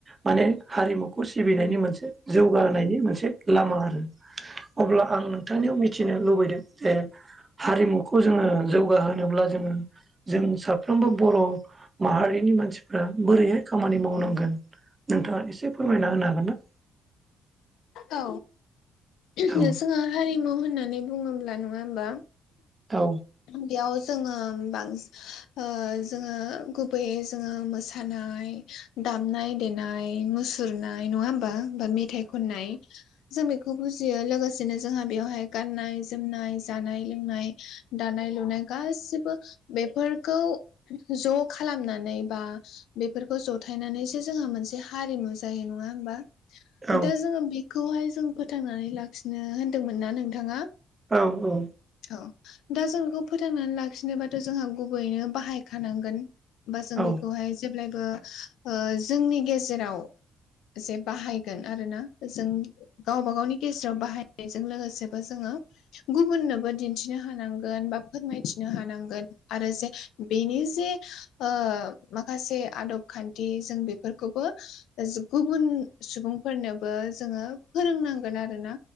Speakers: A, on the right (about 25°); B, on the left (about 80°).
A: माने हारिमुखौ सिबिनायनि मोनसे जौगानायनि मोनसे लामा आरो। अब्ला आं नोंथांनियाव मिथिनो लुबैदों जे हारिमुखौ जोङो जौगाहोनोब्ला जोङो जों साफ्रोमबो बर' माहारिनि मानसिफ्रा बोरैहाय खामानि मावनांगोन? नोंथाङा एसे फोरमायना होनो हागोन ना?
B: औ जोंहा
A: औ
B: हारिमु होननानै बुङोब्ला नङा होमबा
A: औ।
B: बेयाव जोङो बांसि ओ जोङो गुबैयै जोङो मोसानाय दामनाय देनाय मो सुरनाय नङा होमबा? बा मेथाइ खननाय जों बेखौ बुजियो लोगोसेनो जोंहा बेयावहाय गाननाय जोमनाय, जानाय लोंनाय दानाय लुनाय गासिबबो बेफोरखौ ज' खालामनानै बा बेफोरखौ जथायनानैसो जोंहा मोनसे हारिमु जायो नङा होमबा?
A: औ
B: दा जोङो बेखौहाय जों फोथांनानै लाखिनो होनदोंमोन ना नोंथाङा?
A: औ औ।
B: औ दा जों इखौ फोथांनानै लाखिनोबाथ' जोंहा गुबैयैनो बाहायखानांगोन। होमबा जों
A: औ
B: बेखौहाय जेब्लायबो ओ जोंनि गेजेराव जे बाहायगोन आरो ना? जों गावबा गावनि गेज्राव बाहायनायजों लोगोसेबो जोङो गुबुननोबो दिन्थिनो हानांगोन बा फोरमायथिनो हानांगोन। आरो जे बेनि जे ओ माखासे आदब खान्थि जों बेफोरखौबो ओ जो गुबुन सुबुंफोरनोबो जोङो फोरोंनांगोन आरोना।